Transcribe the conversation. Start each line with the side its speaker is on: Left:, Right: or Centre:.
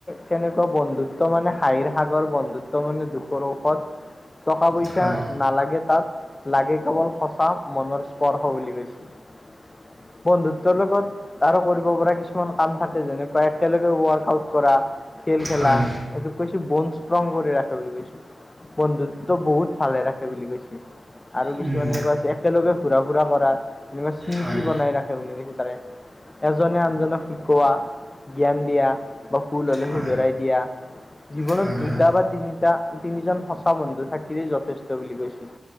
Left: কেনেকুৱা বন্ধুত্ব মানে হাঁহিৰ সাগৰ। বন্ধুত্ব মানে দুখ <unintelligible> ঔষধ টকা পইচা
Centre: হয়
Left: নালাগে তাত। লাগে কেৱল সঁচা মনৰ স্পৰ্শ বুলি কৈছিল। বন্ধুত্বৰ লগত আৰু কৰিব পৰা কিছুমান কাম থাকে, যেনেকুৱা একেলগে ৱৰ্ক আউট কৰা। খেল খেলা,
Centre: হয় হয়
Left: তাৰপিছত কৈছো বন ষ্ট্ৰং কৰি ৰাখে বুলি কৈছো। বন্ধুত্ব বহুত ভালে ৰাখে বুলি কৈছে। আৰু কিছুমান
Centre: উম,
Left: এনেকুৱা আছে, একেলগে ঘুৰা-ফুৰা কৰা এনেকুৱা স্মৃতি
Centre: হয়
Left: বনাই ৰাখে বুলি কৈছে তাৰে। এজনে আনজনক শিকোৱা, জ্ঞান দিয়া বা ভূল হলে
Centre: হয়
Left: শুধৰাই দিয়া। জীৱনত
Centre: হয়
Left: দুটা
Centre: হয়
Left: বা তিনিটা তিনিজন সঁচা বন্ধু থাকিলেই যথেষ্ট বুলি <unintelligible>